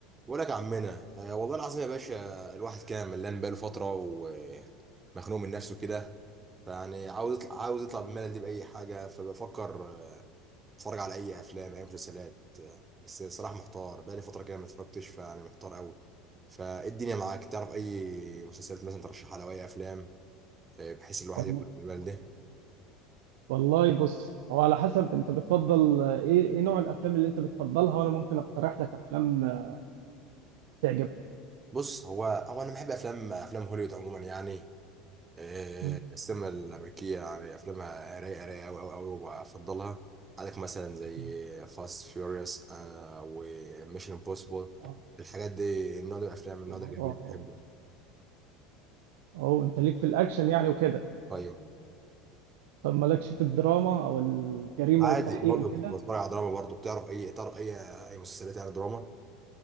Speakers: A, on the right; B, on the right.
A: بقول لك يا عمنا آه والله العظيم يا باشا الواحد كان ملان بقاله فترة ومخنوق من نفسه كده فيعني عاوز يطلع عاوز يطلع من الملل دي بأي حاجة فبفكر آه، اتفرج على أي أفلام أي مسلسلات آه، بس صراحة محتار بقالي فترة كده ما اتفرجتش فيعني محتار قوي فإيه الدنيا معاك تعرف أي مسلسلات مثلا ترشحها لو أي أفلام آه، بحيث الواحد
B: وال-
A: يخرج من الملل ده
B: والله بص هو على حسب انت بتفضل آه، ايه ايه نوع الافلام اللي انت بتفضلها وانا ممكن اقترح لك افلام آه، تعجبك
A: بص هو هو أنا بحب أفلام أفلام هوليوود عموما يعني آه،
B: مم.
A: السينما الأمريكية يعني أفلامها رايقة رايقة أوي أوي أوي وبفضلها عندك مثلا زي
B: مم.
A: فاست فيوريوس وميشن امبوسيبل
B: اه
A: الحاجات دي النوع ده من الأفلام النوع
B: اه
A: ده جميل بحبه
B: اه انت ليك في الاكشن يعني وكده
A: أيوه
B: طب مالكش في الدراما او الجريمه
A: عادي
B: والتحقيق
A: برضه
B: وكده
A: بتفرج على دراما برضه بتعرف أي إطار أي أي مسلسلات يعني دراما